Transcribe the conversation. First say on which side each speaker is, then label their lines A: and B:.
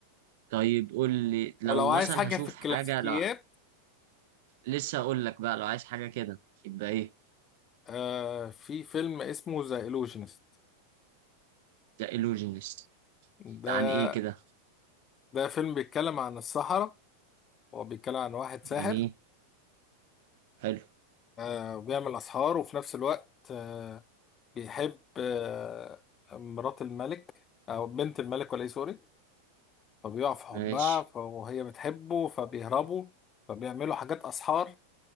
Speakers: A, on the right (about 65°); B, on the left (about 30°).
A: طيب قول لي لو
B: ولو عايز
A: مثلا
B: حاجه
A: هشوف
B: في الكلاسيكيات
A: حاجه لو لسه اقول لك بقى لو عايز حاجه كده يبقى ايه
B: آه في فيلم اسمه ذا illusionist
A: ذا illusionist
B: ده
A: ده عن ايه كده
B: ده فيلم بيتكلم عن السحرة هو بيتكلم عن واحد ساحر
A: جميل حلو
B: آه وبيعمل اسحار وفي نفس الوقت آه بيحب آه مرات الملك او بنت الملك ولا ايه سوري فبيقع في حبها
A: ماشي
B: فهي بتحبه فبيهربوا فبيعملوا حاجات اسحار